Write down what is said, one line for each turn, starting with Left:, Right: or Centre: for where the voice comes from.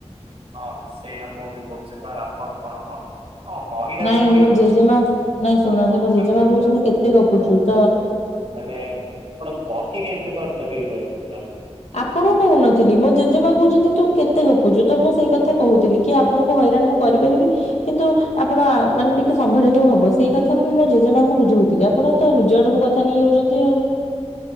Right: ହଁ ସେଇଆ ମୁଁ ବି କହୁଛି କଁ ଆପଣ କଣ ହ ହଁ ହଇରାଣ
Left: ନାଇଁ
Right: ପୁଣି
Left: ମୋ
Right: ମୁଁ
Left: ଜେଜେମା
Right: କି
Left: ନାଇଁ ଶୁଣୁନାହାନ୍ତି
Right: କଥା
Left: ମୋ ଜେଜେମା
Right: କୋହୁଚନ୍ତି
Left: କହୁଛନ୍ତି
Right: ଆପଣ
Left: କେତେ ଗପୁଛୁ
Right: ମୁଁ ଜାଣିପାରୁନେଇଁ।
Left: ତ
Right: ମାନେ ଆପଣ ବସି କେମିତି ପାରୁଛନ୍ତି ଏଇଭଳିଆ କଥା।
Left: ଆପଣଙ୍କୁ କହୁନଥିଲି ମୋ ଜେଜେମା କହୁଛନ୍ତି ତୁ କେତେ ଗପୁଛୁ ତ ମୁଁ ସେଇ କଥା କହୁଥିଲି। କି ଆପଣଙ୍କୁ ହଇରାଣ ମୁଁ କରିପାରିବି। କିନ୍ତୁ ଆପଣ ଆ ମାନେ ଟିକେ ସମ୍ଭାଳିବାକୁ ହବ ସେଇ କଥା ମୁଁ ମୋ ଜେଜେମାଙ୍କୁ ବୁଝଉଥିଲି ଆ ଆପଣ ତ ନିଜ ଆଡୁକୁ କଥା ନେଇଯାଉଚନ୍ତି ଆଉ।